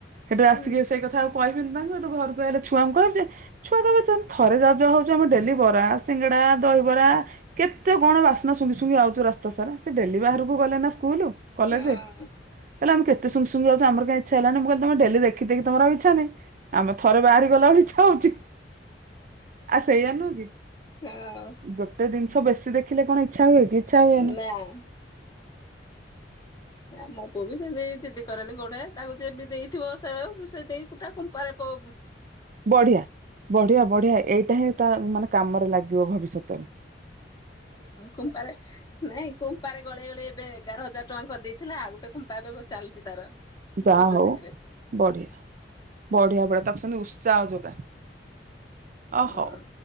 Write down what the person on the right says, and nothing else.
ସେଠୁ
ଆସିକି ସେଇ କଥା ଆଉ ମୁଁ କିନ୍ତୁ ତାଙ୍କୁ ଘରୁ ଘରକୁ ଅଇଲେ ଛୁଆଙ୍କୁ କହି ଦିଏ ଛୁଆ ତମେ ଯେନ୍ତି ଥରେ ଯାଉ ଯାଉ ହୋଉଚ ଆ ମୁଁ ଡେଲି ବରା ସିଙ୍ଗଡା ଦହିବରା କେତେ କଣ ବାସ୍ନା ଶୁଙ୍ଗି ଶୁଙ୍ଗି ଆଉଛୁ ରାସ୍ତା ସାରା ସେ ଡେଲି ବାହାରକୁ ଗଲେ ନା ସ୍କୁଲୁ। କଲେଜ
କହିଲେ ଆମେ କେତେ ସୁଙ୍ଗି ସୁଙ୍ଗି ଯାଉଛୁ ଆମର କାଇଁ ଇଚ୍ଛା ହେଲାନି ମୁଁ କହିଲି ତମେ ଡେଲି ଦେଖିକି ତମର ଆଉ ଇଚ୍ଛା ନାହିଁ। ଆମେ ଥରେ ବାହାରି କି ଗଲେ ଆମର ଇଚ୍ଛା ହୋଉଛି ଆ ସେଇଆ ନୁହୁଁ କି।
ଗୋଟେ ଜିନିଷ ବେଶୀ ଦେଖିଲେ କଣ ଇଚ୍ଛା ହୁଏ କି? ଇଚ୍ଛା ହୁଏନି।
ବଢିଆ ବଢିଆ ବଢିଆ ଏଇଟା ହିଁ ତା ମାନେ କାମରେ ଲାଗିବ ଭବି ସତରେ।
ଯାହା
ହଉ
ବଢିଆ ବଢିଆ ବଢିଆ ତାକୁ ସେମତି ଉସ ଚାଓ ଯୋଗା
ଅ ହଉ